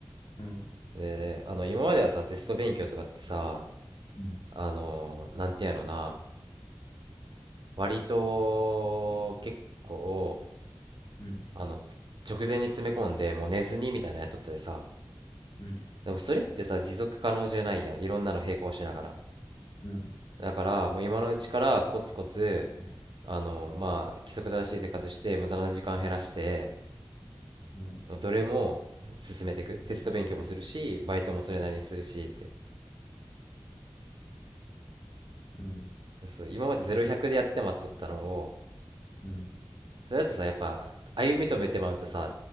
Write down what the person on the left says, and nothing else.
うん、
うん、
うん、
うん、
うん、
う
ん、
うん、
うん、